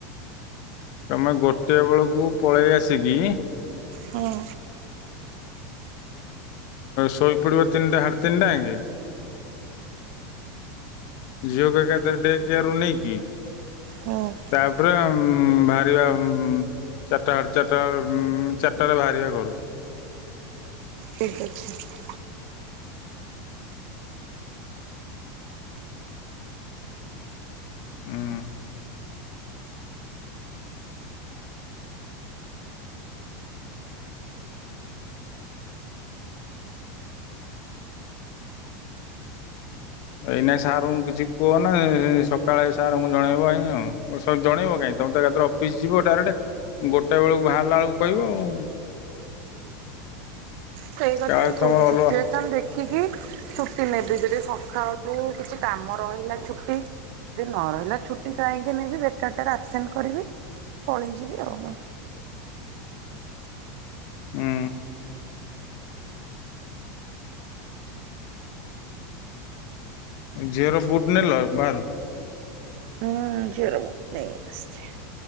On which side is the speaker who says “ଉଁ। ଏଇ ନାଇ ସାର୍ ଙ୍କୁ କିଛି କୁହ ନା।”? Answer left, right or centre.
Left